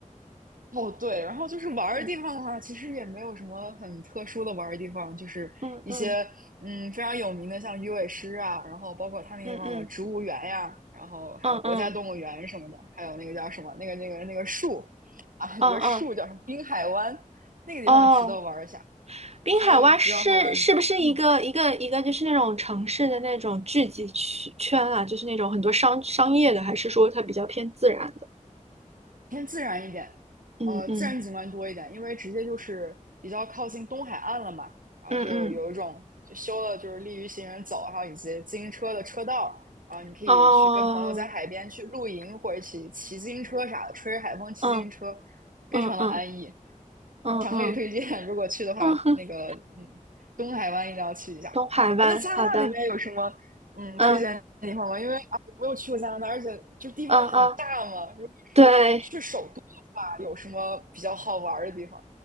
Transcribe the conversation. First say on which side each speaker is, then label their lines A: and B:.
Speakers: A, on the right; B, on the right.
A: 哦，对，然后就是玩儿的地方的话，
B: 嗯
A: 其实也没有什么很特殊的玩儿的地方，就是一些嗯非常有名的，
B: 嗯嗯
A: 像鱼尾狮啊，然后包括它那地方的植物园呀，
B: 嗯嗯
A: 然后还有国家动物园什么的，
B: 嗯
A: 还有那个叫什么那个那个那个树啊，
B: 嗯嗯嗯
A: 那个树叫什么滨海湾，那个地方值得玩儿一下。
B: 哦，滨海湾是是不是一个一个一个就是那种城市的那种聚集区圈啊？
A: 哦还有比较好玩，嗯，
B: 就是那种很多商商业的，还是说它比较偏自然的？
A: 偏自然一点，
B: 嗯嗯
A: 呃，自然景观多一点，因为直接就是比较靠近东海岸了嘛，然后就有一种就修了就是利于行人走，
B: 嗯嗯，
A: 还有以及自行车的车道，然后你可以去跟朋友在海边去露营或者一起骑自行车啥的，
B: 哦，
A: 吹着海风骑自行车，
B: 嗯
A: 非常的安逸，
B: 嗯嗯嗯嗯
A: 强烈推荐，如果去的话，
B: 嗯，
A: 那个嗯，东海湾一定要去一下。
B: <laughs> 东海湾，
A: 哎，那加拿大那边有什么嗯，
B: 好的，嗯
A: 推荐的地方吗？因为啊，我没有去过加拿大，而且就地方很大嘛。
B: 嗯嗯，
A: 如果是去首都的话，
B: 对。
A: 有什么比较好玩儿的地方？